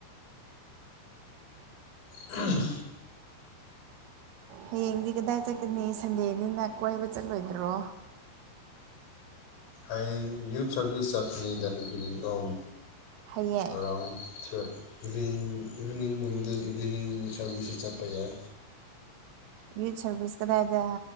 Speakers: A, on the left; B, on the right.
A: ꯎꯝ
B: ꯍꯌꯦꯡꯗꯤ ꯀꯗꯥꯏ ꯆꯠꯀꯥꯅꯤ ꯁꯟꯗꯦꯅꯤꯅ ꯀꯣꯏꯕ ꯆꯠꯂꯣꯏꯗ꯭ꯔꯣ
A: ꯑꯩ ꯌꯨꯠ ꯁꯔꯚꯤꯁ ꯆꯠꯀꯥꯅꯤꯗ ꯏꯚꯤꯅꯤꯡ ꯑꯣꯝ
B: ꯍꯌꯦꯡ
A: ꯑꯔꯥꯎꯟ ꯏꯚꯤꯅꯤꯡ ꯏꯚꯤꯅꯤꯡꯒꯨꯝꯕꯗ ꯏꯚꯤꯅꯤꯡ ꯁꯥꯔꯚꯤꯁꯁꯨ ꯆꯠꯄ ꯌꯥꯏ
B: ꯌꯨꯠ ꯁꯥꯔꯚꯤꯁ ꯀꯗꯥꯏꯗ